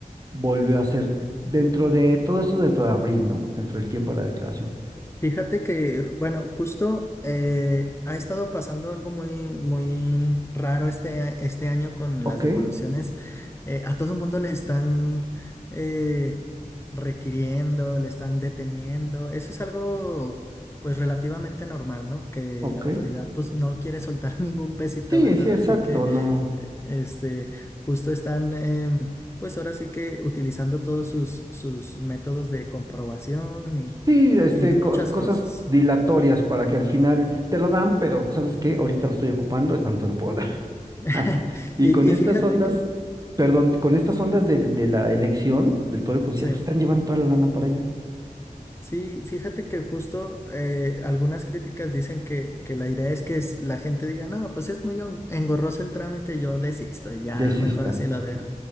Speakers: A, on the right; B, on the left.
A: volvió a ser dentro de todo eso, dentro de abril, ¿no? Dentro del tiempo de la declaración.
B: Fíjate que, bueno, justo eh, ha estado pasando algo muy, muy raro este, a- este año con
A: Ok,
B: las devoluciones. Eh, a todo mundo le están eh, requiriendo, le están deteniendo. Eso es algo, pues, relativamente normal, ¿no? Que
A: ok.
B: la autoridad, pues, no quiere soltar <laughs> ningún pesito,
A: Sí,
B: ¿verdad?
A: sí, exacto,
B: Así que,
A: no.
B: eh, este, justo están... em, pues ahora sí que utilizando todos sus, sus métodos de comprobación
A: Sí, este,
B: y muchas
A: co- cosas
B: cosas.
A: dilatorias para que al final te lo dan, pero ¿sabes qué? Ahorita lo estoy ocupando, entonces no te lo puedo dar.
B: <laughs>
A: <laughs> Y
B: Y,
A: con estas
B: y fíjate
A: ondas,
B: que,
A: perdón, con estas ondas del- de, la elección del Poder Judicial,
B: sí,
A: pues están llevando toda la lana para allá.
B: Sí, fíjate que justo eh, algunas críticas dicen que, que la idea es que es- la gente diga, no, pues es muy en- engorroso el trámite, yo desisto, y ya
A: Desistan.
B: mejor así lo
A: Ajá.
B: dejo.